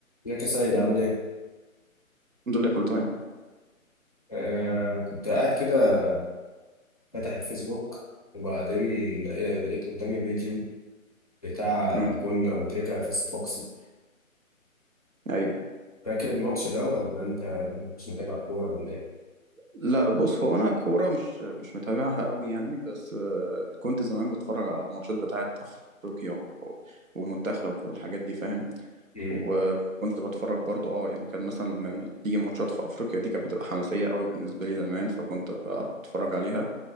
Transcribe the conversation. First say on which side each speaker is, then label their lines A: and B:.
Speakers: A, on the left (about 25°); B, on the right (about 70°).
A: ازيك يا سيد عامل ايه؟
B: الحمد لله كله تمام
A: آه كنت قاعد كده فاتح الفيسبوك وبعدين لقيت قدامي فيديو بتاع
B: مم.
A: جون أبو تريكة في الصفاقسي
B: ايوه
A: فاكر الماتش ده ولا انت مش متابع كورة ولا ايه؟
B: لا بص هو انا كوره مش مش متابعها قوي يعني بس آه، كنت زمان بتفرج على الماتشات بتاعه افريقيا و- والمنتخب والحاجات دي فاهم
A: مم.
B: وكنت بتفرج برضو اه يعني كان مثلا لما تيجي ماتشات في افريقيا دي كانت بتبقى حماسيه قوي بالنسبه لي زمان فكنت ببقى اتفرج عليها